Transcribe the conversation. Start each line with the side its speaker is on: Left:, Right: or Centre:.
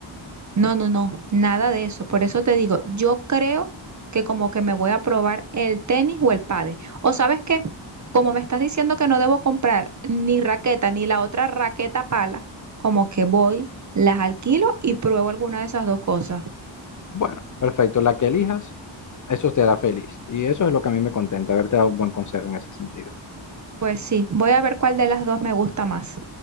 Right: No, no, no, nada de eso. Por eso te digo, yo creo que como que me voy a probar el tenis o el pádel. O sabes qué, como me estás diciendo que no debo comprar ni raqueta ni la otra raqueta pala, como que voy, las alquilo y pruebo alguna de esas dos cosas.
Left: Bueno, perfecto, la que elijas, eso te hará feliz. Y eso es lo que a mí me contenta, haberte dado un buen consejo en ese sentido.
Right: Pues sí, voy a ver cuál de las dos me gusta más.